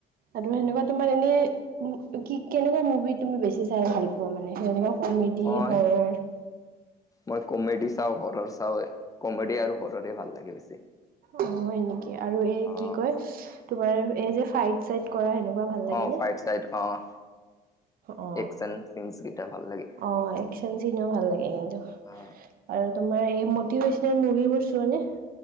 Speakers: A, on the right (about 60°); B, on the left (about 20°).
A: আৰু সেনেকুৱা তোমাৰ এনেই কি কেনেকুৱা মুভি তুমি বেছি চাই ভাল পোৱা মানে যেনেকে কমেডি
B: মই
A: হৰৰ
B: মই কমেডি চাওঁ হৰৰ চাও কমেডি আৰু হৰৰে ভাল লাগে বেছি।
A: অ হয় নেকি আৰু এই
B: অ
A: কি কয় তোমাৰ এই যে ফাইড চাইড কৰা সেনেকুৱা ভাল
B: অ
A: লাগে নে?
B: ফাইট অ।
A: অ
B: একচন চিনচ কেইটা ভাল লাগে
A: আহ একচন চিনো ভাল লাগে কিন্তু।
B: অ
A: আৰু তোমাৰ এই মটিভেশচনেল মুভিবোৰ চোৱানে?